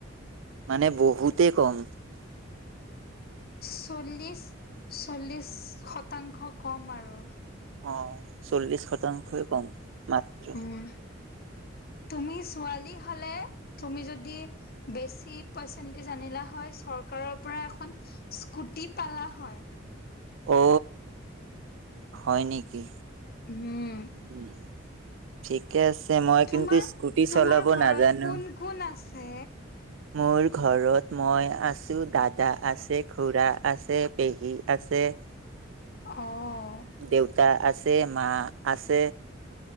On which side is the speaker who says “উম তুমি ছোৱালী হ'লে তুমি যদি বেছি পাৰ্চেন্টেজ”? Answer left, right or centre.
Left